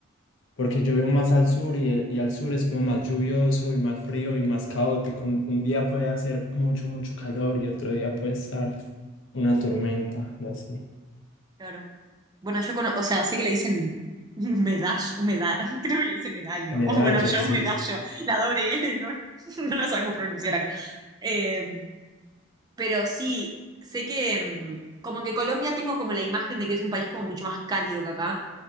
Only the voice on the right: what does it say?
Claro. Bueno, yo conozco, o sea, sé que le dicen medallo, meda <laughs> creo que le dicen medallo,
o bueno, yo
medallo, la doble L, no, <laughs> no la sabemos pronunciar acá. Eh, pero sí, sé que mm, como que Colombia tengo como la imagen de que es un país como mucho más cálido que acá,